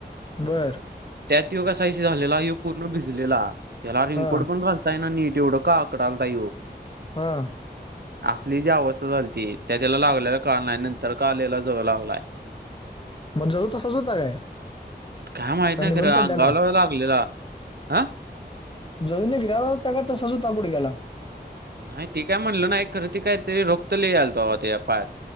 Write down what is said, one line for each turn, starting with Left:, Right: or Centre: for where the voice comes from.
Left: बर
Right: त्यात य कसा झालेला ह पूर्ण भिजलेला त्याला रिंगकोड
Left: हा
Right: पण घाल ना नीट उडक आकडालताय
Left: हां
Right: असली जी अवस्था झाल त त्या त्याला लागलेला कार नाहीय नंतर कालेला जाव लागलाय
Left: मगज तसंच होता काय
Right: काय माहत
Left: का
Right: नाही
Left: निघून
Right: ख
Left: पडल्याला
Right: अंगावला लागलेला हं
Left: जजूननी घेला त्या त सजू ताबड गेला
Right: नाही ते काय म्हटलं ना एक खरं ती काय तरी रोखत ल यालत ते पात